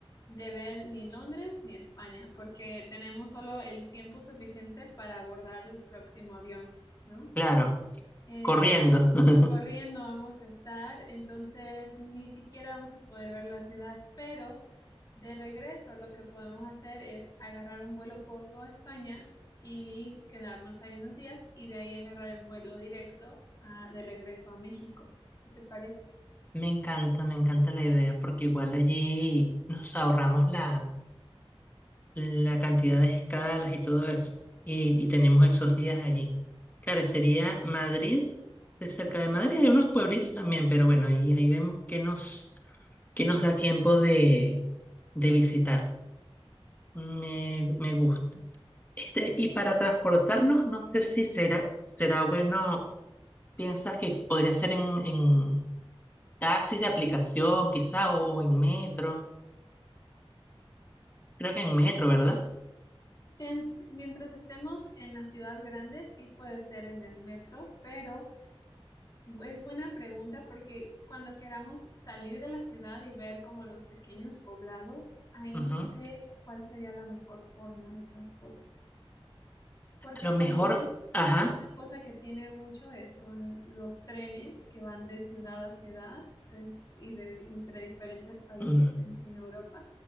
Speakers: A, on the left; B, on the left.
A: de ver ni Londres ni España, porque tenemos solo el tiempo suficiente para abordar el próximo avión, ¿no?
B: Claro,
A: Eh,
B: corriendo. <laughs>
A: Corriendo vamos a estar, entonces ni siquiera vamos a poder ver la ciudad, pero de regreso lo que podemos hacer es agarrar un vuelo corto a España y quedarnos ahí unos días y de ahí agarrar el vuelo directo a- de regreso a México. ¿Qué te parece?
B: Me encanta, me encanta la idea, porque igual allí nos ahorramos la... la cantidad de escalas y todo eso. Y, y tenemos esos días allí. Claro, sería Madrid, de cerca de Madrid hay unos pueblitos también, pero bueno, ahí, ahí vemos que nos, que nos da tiempo de, de visitar. Me, me gusta. Este, y para transportarnos, no sé si será, será bueno, ¿piensas que podría ser en, en taxis de aplicación quizá o, en metro? Creo que en metro, ¿verdad?
A: Ten- mientras estemos en las ciudades grandes, sí puede ser en el metro, pero Es buena pregunta porque cuando queramos salir de la ciudad y ver como los pequeños poblados, ahí
B: Ujú.
A: no sé cuál sería la mejor forma de transporte. Porque
B: A lo
A: también
B: mejor, ajá.
A: una cosa que tiene mucho es, son los trenes que van de ciudad a ciudad es- y de entre diferentes países
B: mm,
A: en, en Europa.